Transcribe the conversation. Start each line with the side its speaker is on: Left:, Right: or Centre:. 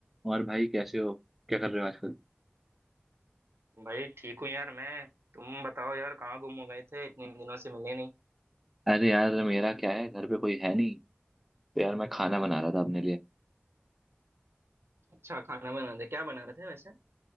Centre: और भाई कैसे हो क्या कर रहे हो आजकल
Right: भाई ठीक हूँ यार मैं तुम बताओ यार कहाँ गुम हो गए थे इतने दिनों से मिले नहीं
Centre: अरे यार मेरा क्या है घर पे कोई है नहीं तो यार मैं खाना बना रहा था अपने लिए
Right: अच्छा खाना बना रहे क्या बना रहे थे वैसे